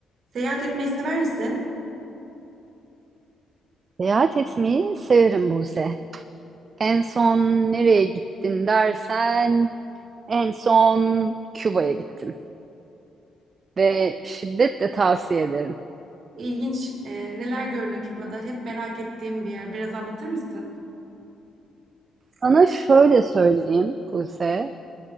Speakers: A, on the right; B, on the right.
A: Seyahat etmeyi sever misin?
B: Seyahat etmeyi severim Buse. En son nereye gittin dersen en son Küba'ya gittim ve şiddetle tavsiye ederim.
A: İlginç. e, neler gördün Küba'da? Hep merak ettiğim bir yer. Biraz anlatır mısın?
B: Sana şöyle söyleyeyim Buse.